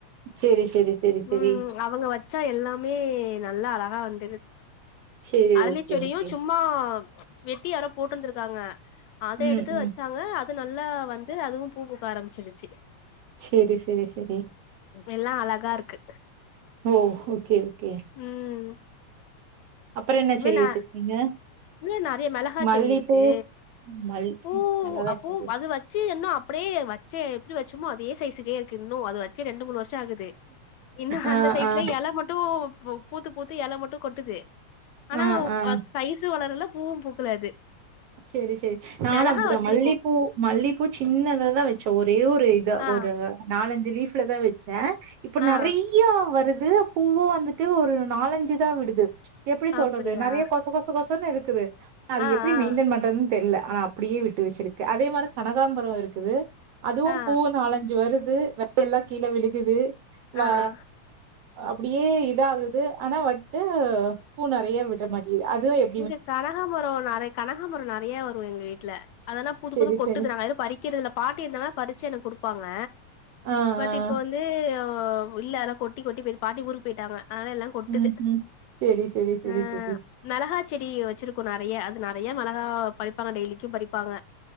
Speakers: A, on the right; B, on the left.
A: செரி செரி செரி
B: ம்
A: செரி
B: அவங்க வச்சா எல்லாமே நல்லா அழகா வந்துடுத்
A: செரி
B: அரளிச்செடியு
A: ஓகே ஓகே
B: சும்மா வெட்டி யாரோ போட்ருந்திருக்காங்க அத
A: ம்
B: எடுத்து
A: ம்
B: வச்சாங்க அது நல்லா வந்து அதுவும் பூ பூக்க ஆரம்பிச்சிடுச்சு
A: சேரி சேரி சேரி
B: எல்லா அழகா இருக்கு
A: ஓ ஓகே ஓகே
B: ம்
A: அப்றோ என்ன
B: இன்னு
A: செடி
B: ந
A: வச்சிருக்கீங்க
B: இன்னு நெறைய மெளகா
A: மல்லிப்பூ
B: செடி இருக்கு
A: மல்
B: பூ
A: மிளகா
B: அ பூ
A: செடி
B: அது வச் சு இன்னு அப்டியே வச்ச எப்டி வச்சோமோ அதே சைஸுக்கே இருக்கு இன்னு அது வச்சு ரெண்டு மூணு வருஷ் சா ஆகுது இன்னு
A: ஆ
B: அந்த சைஸ்லே
A: ஆ
B: எல மட்டு பூ பூத்து பூத்து எல மட்டு கொட்டுது ஆனா
A: ஆ ஆ
B: வ சைசு வளரல பூவு பூக்கல அது
A: செரி செரி நானு
B: மெளகா
A: அப்டிதா
B: வச்சிருக்கோ
A: மல்லிப்பூ மல்லிப்பூ சின்னதா தா வச்சே ஒரே ஒரு இதா
B: ஆ
A: ஒரு நாலஞ்சு லீப்லதா வச் ச இப்ப
B: ஆ
A: நெறைய வருது பூவு வந்துட்டு ஒரு நாலஞ்சுதா விடுது எப்டி சொல்றது
B: அப்டியா
A: நெறைய கொச கொச கொசன்னு இருக்குது அது
B: ஆ
A: எப்டி
B: ஆ
A: மெயின்டென் பண்றதுன்னு தெர்ல ஆனா அப்டியே விட்டு வெச்சிருக்கே அதே மாரி கனகாம்பரோ இரு க்குது அதுவு
B: ஆ
A: பூ நாலஞ்சு வருது வேற எல்லா கீழ விழுகுது வா
B: ஆ
A: அப்டியே இதா ஆகுது ஆனா வந்ட்டு பூ நெறைய விட மாட்டீ அதுவு எ
B: இங்க கனகாமரோ நெற கனகாமரோ நெறைய வரு எங்க வீட்ல அதென்னா புது
A: செரி
B: புது கொட்டுது
A: செரி
B: நாங்க இன்னு பறி கிறதுல்ல பாட்டி இருந்தாங்கனா பறிச்சு எனக்கு கொடுப்பாங்க
A: ஆ
B: பட்
A: ஆ
B: இப்ப வந் து ஆ இல்ல அதல்லா கொட்டி கொட்டி போயிட்டு பாட்டி ஊருக்கு போயிட்டாங்க ஆனால எல்லா கொட்டுது
A: ம் ம் செரி செரி செரி
B: ஆ
A: செரி
B: மெளகா செடி வெச்சிருக்கோ நெறைய அது நெறைய மெளகா பறிப்பாங்க டெய்லிக்கு பறிப்பாங்க